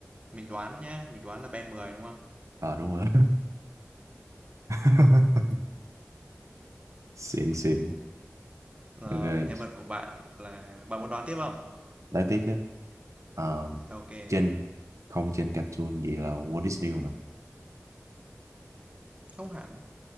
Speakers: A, on the right; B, on the right.
A: mình đoán nhá, mình đoán là Ben mười đúng không?
B: ờ đúng rồi <laughs> xịn xịn
A: Rồi,
B: ok
A: nhân vật của bạn là bạn muốn đoán tiếp không?
B: đáng tiếc chứ Ờ,
A: Ok.
B: trên không trên cartoon vậy là Walt Disney mà
A: Không hẳn,